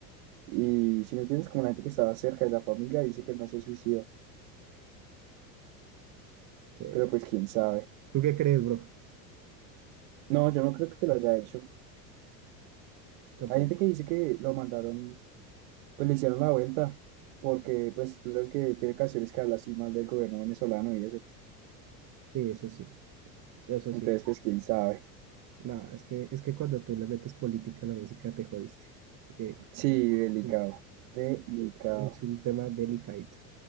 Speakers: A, on the right; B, on the right.
A: y si me entiendes, como la gente que estaba cerca de la familia, dice que él no se suicidó.
B: Sí,
A: Pero
B: no.
A: pues quién sabe.
B: ¿Tú qué crees, bro?
A: No, yo no creo que lo haya hecho.
B: No, pues,
A: Hay gente que dice que lo mandaron, pues le hicieron la vuelta, porque pues tú sabes que tiene canciones que habla así mal del gobierno venezolano y eso.
B: sí, eso sí, eso
A: Entonces,
B: sí.
A: pues quién sabe.
B: No, es que, es que cuando tú le metes política a la música te jodiste. Eh,
A: Sí,
B: ahí está,
A: delicado,
B: sí,
A: delicado.
B: eh, es un tema delicadito.